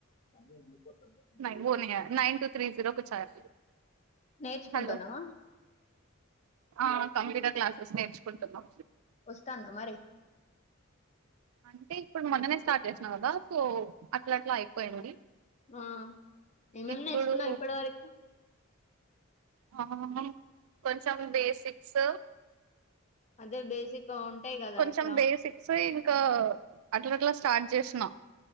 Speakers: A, on the left (about 35°); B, on the right (about 80°).
A: సండే ఉండిపోతుంది
B: నహీ వో నహీ ఆయా. నైన్ టూ త్రీ జీరో కుచ్ ఆయా
A: నేర్చుకుంటాన్నవా
B: హలో ఆ కంప్యూటర్ క్లాసెస్ నేర్చుకుంటున్నా
A: వస్తాందా మరి
B: అంటే ఇప్పుడు మొన్ననే స్టార్ట్ చేసినాం కదా సో అట్లా అట్లా అయిపోయింది
A: ఆ ఏమేం
B: ఇప్పుడు
A: నేర్చుకున్నాం ఇప్పటి వరకు
B: ఆ కొంచెం బేసిక్స్
A: అదే బేసిక్ ఉంటాయి కదా
B: కొంచెం
A: ఇట్లా
B: బేసిక్స్ ఇంకా అట్ల అట్ల స్టార్ట్ చేసిన